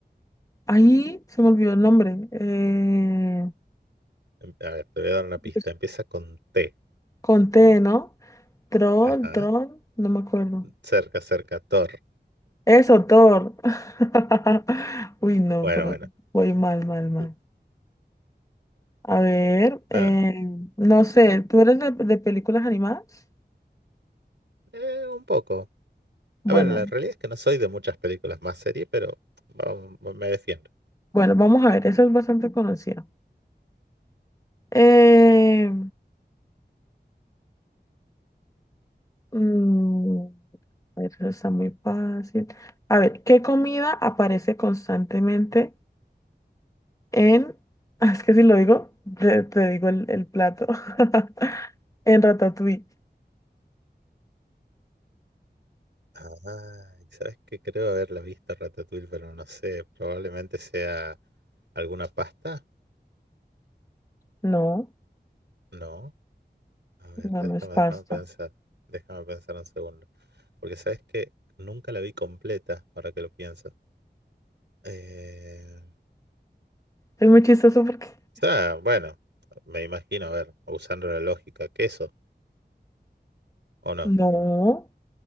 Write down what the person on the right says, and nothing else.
Em- A ver, te voy a dar una pista.
Empieza con T.
Ajá.
Cerca, cerca, Thor.
Bueno,
bueno.
L-
nada,
eh, un poco.
A ver, la realidad es que no soy de muchas películas más serie, pero vamos, me defiendo.
Ah, y ¿sabes que Creo haberla visto Ratatouille, pero no sé, probablemente sea alguna pasta,
¿no? A ver,
déjame,
déjame pensar, déjame pensar un segundo, porque sabes que nunca la vi completa, ahora que lo pienso. Eh,
o sea, bueno, me imagino, a ver, usando la lógica, queso, ¿o no?